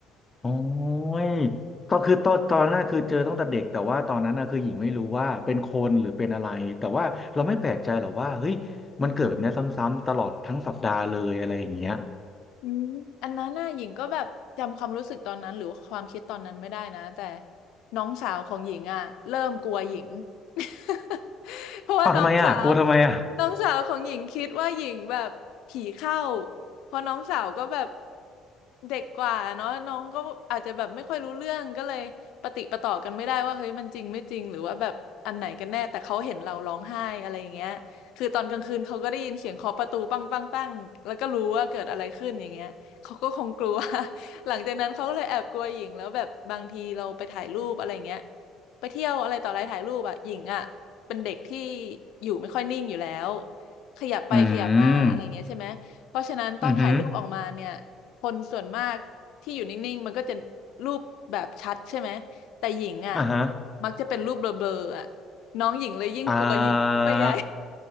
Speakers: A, on the left; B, on the left.
A: โอ้ยก็คือตอนตอนนั้นคือเจอตั้งแต่เด็กแต่ว่าตอนนั้นนะคือหญิงไม่รู้ว่าเป็นคนหรือเป็นอะไรแต่ว่าเราไม่แปลกใจหรอกว่าเฮ้ยมันเกิดแบบเนี้ยซ้ำๆตลอดทั้งสัปดาห์เลยอะไรอย่างเงี้ย
B: อืมอันนั้นน่ะหญิงก็แบบจำความรู้สึกตอนนั้นหรือว่าความคิดตอนนั้นไม่ได้นะแต่น้องสาวของหญิงอ่ะเริ่มกลัวหญิง <laughs> เพราะว่าน้องสาว
A: อ้าวทำไมอ่ะกลัวทำไมอ่ะ
B: น้องสาวของหญิงคิดว่าหญิงแบบผีเข้าเพราะน้องสาวก็แบบเด็กกว่าเนาะน้องก็อาจจะแบบไม่ค่อยรู้เรื่องก็เลยปะติดปะต่อกันไม่ได้ว่าเฮ้ยมันจริงไม่จริงหรือว่าแบบอันไหนกันแน่แต่เขาเห็นเราร้องไห้อะไรอย่างเงี้ย คือตอนกลางคืนเขาก็ได้ยินเสียงเคาะประตูปังปังปังแล้วก็รู้ว่าเกิดอะไรขึ้นอย่างเงี้ยเขาก็คงกลัว <laughs> หลังจากนั้นเขาก็เลยแอบกลัวหญิงแล้วแบบบางทีเราไปถ่ายรูปอะไรเงี้ย ไปเที่ยวอะไรต่ออะไรถ่ายรูปอะหญิงอะเป็นเด็กที่อยู่ไม่ค่อยนิ่งอยู่แล้วขยับไปขยับมาอะไรเงี้ยใช่ไหมเพราะฉะนั้นตอนถ่ายรูปออกมาเนี่ย
A: อืมอือหือ
B: คนส่วนมากที่อยู่นิ่งๆมันก็จะรูปแบบชัดใช่ไหมแต่หญิงอะ
A: อ่าฮะ
B: มักจะเป็นรูปเบลอๆอะน้องหญิงเลยยิ่งกลัวหญิงเข้าไปใหญ่
A: อ่า